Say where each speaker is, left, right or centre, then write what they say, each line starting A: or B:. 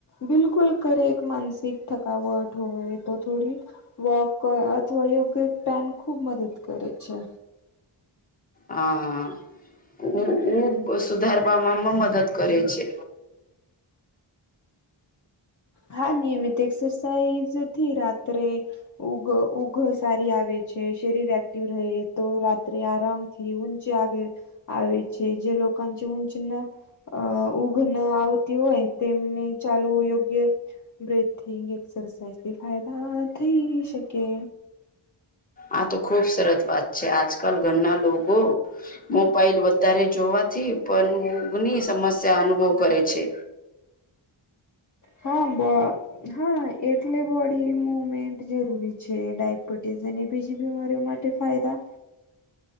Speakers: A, on the left (about 40°); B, on the left (about 15°).
A: બિલકુલ કરે એક માનસિક થકાવટ હોય તો થોડી વોક અથવા યોગ્ય પેન ખૂબ મદદ કરે છે.
B: હા ઉ ઉ સુધારવા માં મદદ કરે છે.
A: હા નિયમિત એક્સરસાઇઝ થી રાત્રે ઉગ ઉઘ સારી આવે છે. શરીર એક્ટિવ રહે તો રાત રાત્રે આરામથી ઊંચે આવે છે જે લોકો ચી ઊંચ ન અ ઊઘ ના આવતી હોય તેમને ચાલવુ યોગ્ય બ્રેથિંગ એક્સરસાઇઝ થી ફાયદા થઈ શકે.
B: આ તો ખુબ સરસ વાત છે આજકાલ ઘરના લોકો મોબાઈલ વધારે જોવાથી પણ ગની સમસ્યા અનુભવ કરે છે.
A: હા બર હા એટલે બોડી મુમેન્ટ જરૂરી છે ડાયબિટીસ અને બીજી બીમારીઓ માટે તે ફાયદા